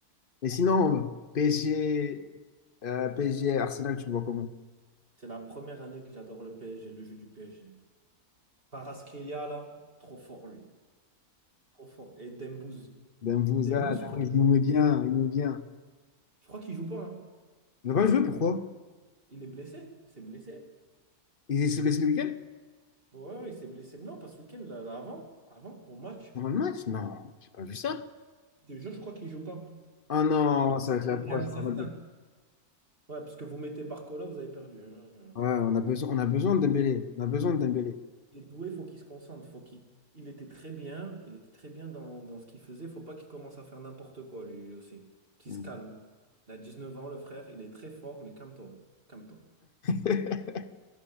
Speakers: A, on the left (about 40°); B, on the right (about 35°).
A: Et sinon, PSG, euh, PSG, Arsenal, tu le vois comment?
B: C'est la première année que j'adore le PSG, le jeu du PSG. Kvaratskhelia, là, trop fort, lui. Trop fort. Et Dembouz.
A: Demvouza,
B: Dembouz,
A: Demvouza,
B: je crois
A: il nous met bien, il nous met bien.
B: Je crois qu'il joue pas, hein.
A: Il va pas jouer, pourquoi?
B: Il est blessé. Il s'est blessé.
A: Il se blesse le week-end?
B: Ouais, ouais, il s'est blessé. Non, pas ce week-end, là, là, avant, avant, au match.
A: Dans le match? Non, j'ai pas vu ça.
B: Je te jure, je crois qu'il joue pas.
A: ah non,
B: Il
A: ça va être la
B: il
A: poisse.
B: était incertain.
A: On a, be-
B: Ouais, parce que vous mettez Barcola, vous avez perdu. hein.
A: ouais, on a besoin, on a besoin de Dembélé. On a besoin de Dembélé.
B: Et Doué, faut qu'il se concentre. Faut qu'il... Il était très bien. Il était très bien dans, dans ce qu'il faisait. Faut pas qu'il commence à faire n'importe quoi, lui, lui aussi. Qu'il
A: Mhm.
B: se calme. Il a 19 ans, le frère. Il est très fort, mais calme-toi. Calme-toi.
A: <laughs>